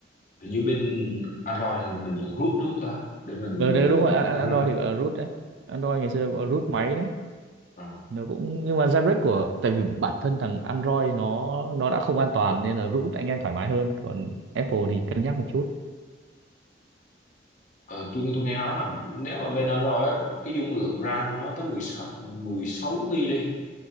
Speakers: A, on the left; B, on the right.
A: hình như bên Android thì mình dùng root đúng không ta để mình
B: Ờ đấy đúng rồi An-
A: đúng
B: An- Android
A: rồi
B: thì gọi là root đấy Android ngày xưa gọi là root máy đấy
A: Ờ.
B: nó cũng nhưng mà jailbreak của tại vì bản thân thằng Android nó nó đã không an toàn nên là root anh em thoải mái hơn còn Apple thì cân nhắc một chút
A: Ờ, tôi tôi nghe nói là nếu mà bên Android á, cái dung lượng RAM của nó tới 16 16 GB đi